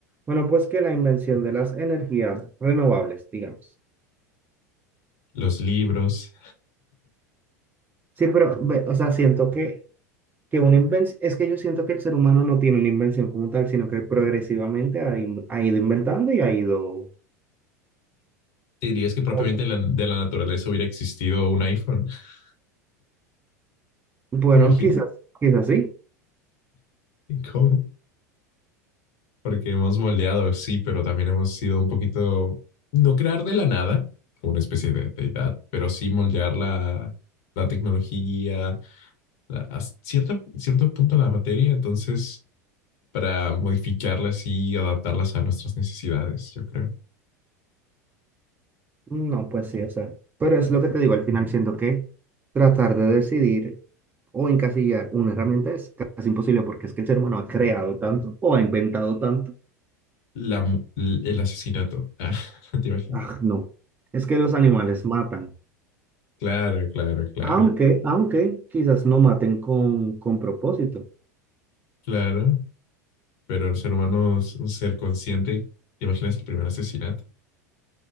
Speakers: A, on the right (about 20°); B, on the left (about 60°).
A: bueno, pues que la invención de las energías renovables, digamos.
B: los libros.
A: Sí, pero, ve, o sea, siento que que una invención, es que yo siento que el ser humano no tiene una invención como tal, sino que progresivamente ha, in- ha ido inventando y ha ido,
B: ¿Te dirías que propiamente
A: ¿Cómo que?
B: la- de la naturaleza hubiera existido un iPhone? <laughs>
A: bueno,
B: ¿Imagina?
A: quizás, quizás sí.
B: ¿Cómo? porque hemos moldeado, sí, pero también hemos sido un poquito, no crear de la nada, como una especie de deidad, pero sí moldear la, la tecnología, la, a cierta, cierto punto la materia, entonces, para modificarlas y adaptarlas a nuestras necesidades, yo creo.
A: No, pues sí, o sea, pero es lo que te digo, al final siento que tratar de decidir o encasillar una herramienta es casi imposible porque es que el ser humano ha creado tanto o ha inventado tanto.
B: La, el asesinato, <laughs> ah, ¿te imaginas?
A: Ah, no, es que los animales matan,
B: Claro, claro, claro,
A: aunque, aunque quizás no maten con, con propósito.
B: claro, pero el ser humano es un ser consciente, ¿te imaginas el primer asesinato?